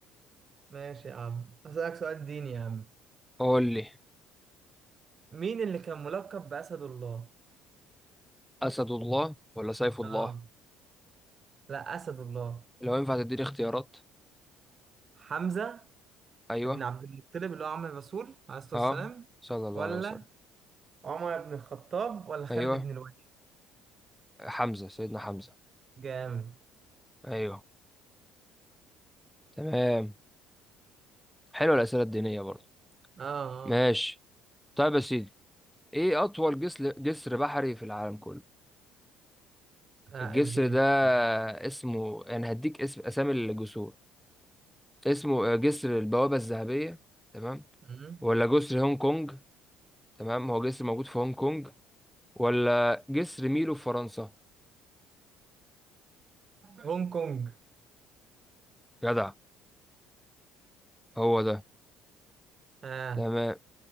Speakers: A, on the right (about 40°); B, in the centre.
A: ماشي يا عم هسألك سؤال ديني يا عم
B: قول لي
A: مين اللي كان ملقب بأسد الله؟
B: اسد الله ولا سيف الله
A: اه لا أسد الله
B: لو ينفع تديني اختيارات
A: حمزة
B: ايوه
A: ابن عبد المطلب اللي هو عم الرسول عليه الصلاة
B: اه
A: والسلام
B: صلى الله
A: ولا
B: عليه وسلم
A: عمر بن الخطاب ولا خالد
B: ايوه
A: بن الوليد
B: حمزه سيدنا حمزه
A: جامد
B: ايوه تمام حلوه الاسئله الدينيه برضه
A: اه اه
B: ماشي طيب يا سيدي ايه اطول جسر جسر بحري في العالم كله
A: آه،
B: الجسر
A: اديني
B: ده
A: اختيار
B: اسمه انا هديك اسم اسامي الجسور اسمه آه، جسر البوابه الذهبيه تمام
A: مم.
B: ولا جسر هونج كونج تمام هو جسر موجود في هونج كونج ولا جسر ميلو في فرنسا
A: هونج كونج
B: جدع هو ده
A: اه
B: تمام